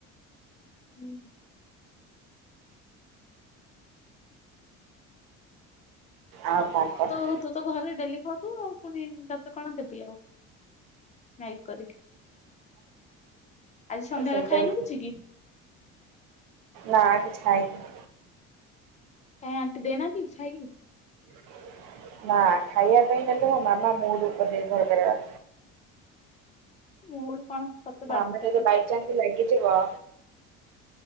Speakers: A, on the left; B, on the right.
A: ହୁଁ
B: ଆଉ କଣ କହ
A: ତୁ ତ ତୁ ତ ଘରେ ଡେଲି ଖାଉଥିବୁ ଆଉ ପୁଣି ତତେ କଣ ଦେବି ଆଉ ନାଇ କରିକି ଆଜି ସନ୍ଧ୍ୟାବେଳେ
B: ସେଇଟା
A: ଖାଇନଖୁଛି
B: ବି ଠିକ୍
A: କି
B: ନା କିଛି ଖଇନି
A: ତୋ ଆଣ୍ଟି ଦେଇନାହନ୍ତିକି ଚ୍ଛାଇକି
B: <inaudible> ନା ଖାଇବା ପାଇଁ ହେଲେ ମୋ ମାମା ମୁଡୁ ଉପରେ ନିର୍ଭର କରିବା
A: ମୁଁ ଡୁ କଣ ସତେ
B: ହଁ
A: ବାରଣ
B: ମୋ ମାମା
A: କଲି
B: ଯଦି ବାଇ ଚାନ୍ସ ଲାଗେଛି ବା